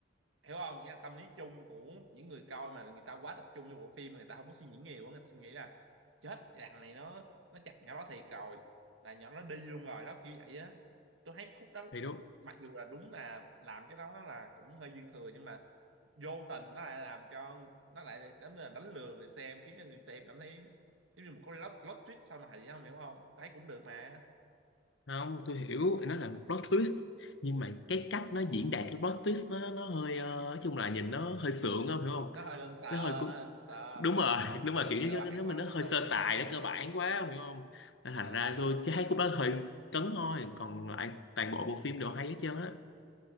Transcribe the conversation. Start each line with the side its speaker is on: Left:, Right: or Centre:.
Right: hiểu không nghĩa là tâm lý chung của những người coi mà người ta quá tập trung vô bộ phim mà người ta không có suy nghĩ nhiều á, người ta suy nghĩ là chết thằng này nó nó chặt nhỏ đó thiệt rồi là nhỏ nó đi luôn rồi đó kiểu vậy á tôi thấy khúc đó
Left: thì đúng
Right: mặc dù là đúng là làm cái đó là cũng hơi dư thừa nhưng mà vô tình nó lại làm cho nó lại đánh là đánh lừa người xem khiến cho người xem cảm thấy giống như một cái plot plot twist sau này vậy không hiểu không Tôi thấy cũng được mà
Left: không tôi hiểu nó là một plot twist nhưng mà cái cách nó diễn đạt cái plot twist nó nó hơi ờ, nói chung là nhìn nó hơi sượng không hiểu không
Right: nó hơi đơn sờ
Left: nó hơi cu-
Right: nó hơi đơn sờ
Left: đúng rồi <laughs> đúng rồi
Right: nó
Left: kiểu
Right: cơ
Left: như
Right: bản
Left: nó, nó,
Right: quá
Left: nó
Right: nó
Left: hơi
Right: cơ
Left: sơ
Right: bản
Left: sài
Right: quá
Left: nó cơ bản quá không hiểu không nên
Right: đúng
Left: thành
Right: rồi
Left: ra tôi chỉ thấy khúc đó hơi cấn thôi còn lại toàn bộ bộ phim đều hay hết trơn á